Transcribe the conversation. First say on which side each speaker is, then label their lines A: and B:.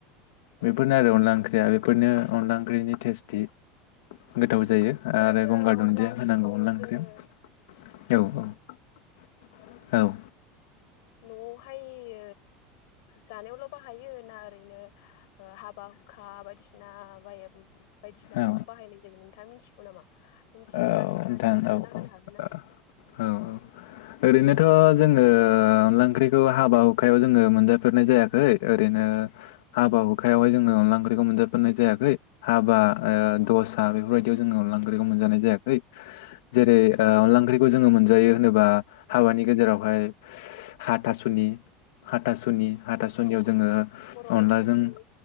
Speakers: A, on the left (about 75°); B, on the left (about 60°).
A: बेफोरनो
B: औ
A: आरो अनला ओं ख्रिया बेफोरनो अनला ओंख्रिनि टेस्टि। गोथाव जायो
B: ओरैनो
A: आरो गंगार दुन्दिया
B: अनला ओंख्रिखौ
A: होनांगौ अनला
B: जोङो
A: ओंख्रियाव औ औ औ
B: न'आव हायो जानायावल' बाहायो ना ओरैनो हाबा हुखा बायदिसिना बा बायदिसिनाफ्राब
A: औ
B: बाहायनाय जायो नोंथाङा मिथिगौ नामा मिथियोबा
A: औ
B: नोंथाङा
A: नोंथां
B: एसे खोन्थाना
A: औ
B: होनो हागोन ना?
A: औ औ ओरैनोथ' जोङो अनला ओंख्रिखौ हाबा हुखायाव जोङो मोनजाफेरनाय जायाखै ओरैनो हाबा हुखायावहाय जोङो अनला ओंख्रि बेखौ मोनजाफनाय जायाखै हाबा दसा बेफोरबायदियाव जोङो अनला ओंख्रिखौ मोनजानाय जायाखै जेरै अनला ओंख्रिखौ जोङो मोनजायो होनोबा हाबानि गेजेरावहाय हाथासुनि हाथासुनि हाथासुनियाव
B: औ
A: जोङो
B: बर'नि
A: अनलाजों
B: हाथासुनि